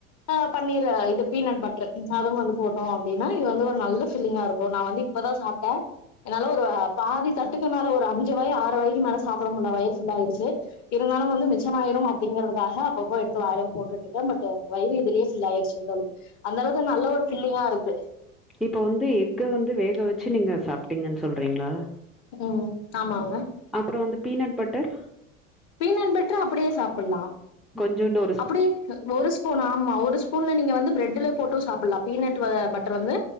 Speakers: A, on the left; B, in the centre.
A: ஆ பன்னீர இது பீனட் பட்டர் அதுவு வந்து போட்டோ அப்டின்னா இது வந்து ஒரு நல்ல ஃப்ல்லிங்கா இருக்கு நா வந்து இப்பதா சாப்ட்டே என்னால ஒரு பாதி தட்டுக்கு மேல ஒரு அஞ்சு வாய் ஆறு வாய்க்கு மேலே சாப்பிட முடியல வயிர்ஃபுல் ஆயிருச்சு இருந்தாலு வந்து மிச்சமாயிரு அப்டிங்கறதுக்காக அப்போ அப்போ எடுத்து வாயில போட்டுட்ருக்கே பட் என வயிறு இதுலயே ஃபில் ஆயிருச்சு த தோழி அந்த அளவுக்கு நல்ல ஒரு ஃபில்லிங்கா இருக்கு
B: இப்ப வந்து எக்க வந்து வேக வச்சு நீங்க சாப்பிட்டீங்கன்னு சொல்றீங்களா
A: உ ஆமாங்க
B: அப்புற வந்து பீனட் பட்டர்
A: பீனட் பட்டர அப்டியே சாப்பில்லா
B: கொஞ்சோண்டோர்
A: அப்டி இருக்கு ஒரு சோ ஸ்பூன் ஆமா ஒரு ஸ்பூன்ல நீங்க வந்து பிரெட்டுல போட்டு சாப்பிட்லா பீனட் பட்டர் வந்து